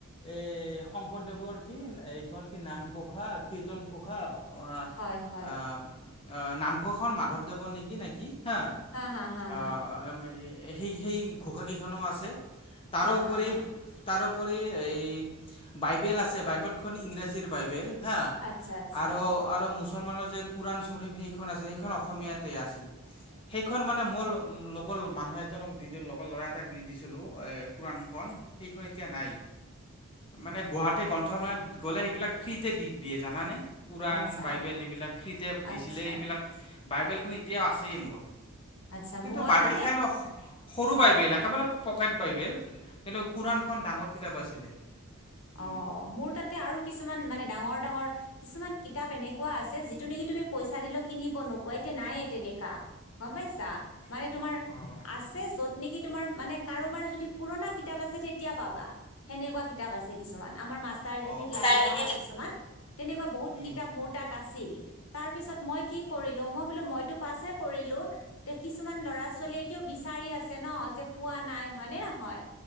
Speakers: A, on the left; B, on the left.
A: এই শংকৰদেৱৰ কি এইখন কি নামঘোষা, কীৰ্তন ঘোষা। আহ
B: হয় হয়
A: আ আ নামঘৰখন মাধৱদেৱৰ নেকি নেকি হা।
B: হা হা
A: আহ
B: হা
A: আমায়ে সেই সেই ঘোষা কেইখনো আছে। তাৰোপৰি
B: হা হা হা
A: তাৰোপৰি এই বাইবেলখন আছে বাইবেলখন ইংৰাজীৰ বাইবেল। হা
B: আচ্ছা আচ্ছা
A: আৰু আৰু মুছলমানৰ যে কুৰান শ্বৰীফ সেইখন আছে সেইখন অস অসমীয়াতেই আছিল, সেইখন মানে ম'ল- লগৰ মানুহ এজনক দি দিলোঁ লগৰ ল'ৰা এটাক দি দিছিলোঁ। অ এ কুৰাণখন সেইখন এতিয়া নাই, মানে গুৱাহাটী ক্ৰন্ঠমেলত- গলে এইবিলাক ফ্ৰীতে দি দিয়ে জানা নে? পুৰাণ
B: আচ্ছা
A: বাইবেল এইবিলাক ফ্ৰীতে দিছিলে
B: আচ্ছা
A: এইবিলাক। বাইবেলখন এতিয়াও আছেই মোৰ।
B: আচ্ছা
A: কিন্তু
B: মই
A: বাইবেল
B: মানে
A: খেন- সৰু বাইবেল একেবাৰে পকেট বাইবেল, কিন্তু পুৰাণখন ডাঙৰ কিতাপ আছিলে। উম
B: অঁ' মোৰ তাত- তে আৰু কিছুমান মানে ডাঙৰ ডাঙৰ কিছুমান কিতাপ এনেকুৱা আছে যিটো নেকি তুমি- পইচা দিলেও কিনিব নোপোৱা এতিয়া নায়ে তেনেকা, গম পাইছা? মানে তোমাৰ
A: অঁ
B: আছে য'ত- নিকি তোমাৰ মানে কাৰোবাৰ যদি পুৰণা কিতাপ আছে তেতিয়া পাবা সেনেকুৱা কিতাপ আছে- কিছুমান। আমাৰ মাষ্টাৰ ডিগ্ৰীত
A: অঁ
B: লাগে নহয় কিছুমান তেনেকুৱা বহুত
A: উম
B: কিতাপ মোৰ- তাত আছিল, তাৰ পিছত মই কি কৰিলো মই বোলো মইতো পাছে কৰিলো- তে কিছুমান ল'ৰা ছোৱালীয়ে এতিয়াও বিচাৰি আছে ন' যে পোৱা নাই হয়নে নহয়?